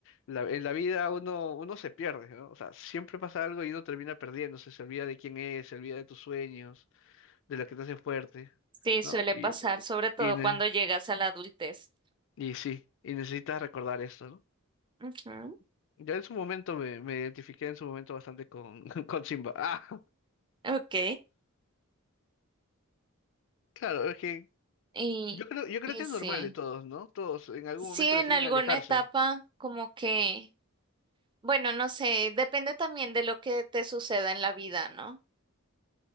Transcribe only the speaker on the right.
sí, suele
pasar, sobre
todo
cuando llegas a la adultez.
Ujú,
Ok.
Y,
y
sí,
sí,
en
alguna
etapa como que, bueno, no sé, depende también de lo que te suceda en la vida, ¿no?